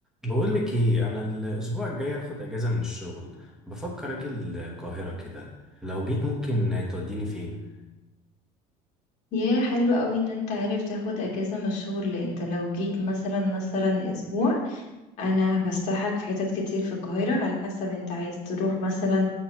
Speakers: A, in the centre; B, on the left (about 55°).
A: بقول لك ايه انا الاسبوع الجاي هاخد اجازه من الشغل بفكر اجي القاهره كده لو جيت ممكن توديني فين
B: يا حلو قوي ان انت عارف تاخد اجازة من الشغل انت لو جيت مثلا مثلا اسبوع انا هفسحك في حتت كتير في القاهرة على حسب انت عايز تروح مثلا